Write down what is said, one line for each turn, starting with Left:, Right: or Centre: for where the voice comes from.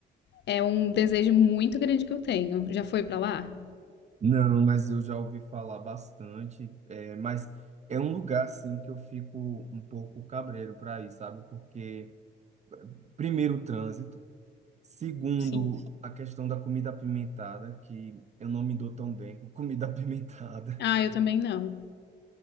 Left: é um desejo muito grande que eu tenho. Já foi pra lá?
Right: Não, mas eu já ouvi falar bastante, é, mas é um lugar assim que eu fico um pouco cabreiro para ir, sabe? Porque primeiro o trânsito, segundo
Left: Sim.
Right: a questão da comida apimentada, que eu não me dou tão bem com comida <laughs> apimentada.
Left: Ah, eu também não.